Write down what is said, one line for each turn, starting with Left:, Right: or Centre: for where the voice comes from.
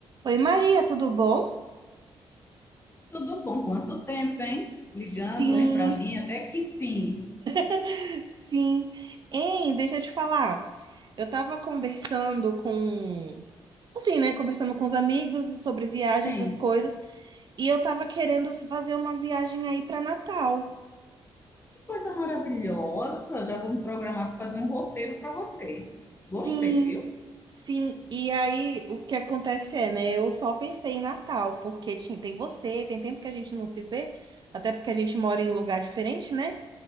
Right: Oi, Maria, tudo bom?
Left: Tudo bom? Quanto tempo, hein? Ligando,
Right: Sim,
Left: hein, para mim, até que fim.
Right: <laughs> sim. Hein, deixa eu te falar. Eu tava conversando com, assim, né, conversando com os amigos e sobre viagens,
Left: Sim,
Right: essas coisas, e eu tava querendo fazer uma viagem aí pra Natal.
Left: que coisa maravilhosa. Já vou me programar para fazer um roteiro para você. Gostei,
Right: Sim,
Left: viu?
Right: sim. E aí, o que acontece é, né? Eu só pensei em Natal, porque ti- tem você, tem tempo que a gente não se vê, até porque a gente mora em lugar diferente, né?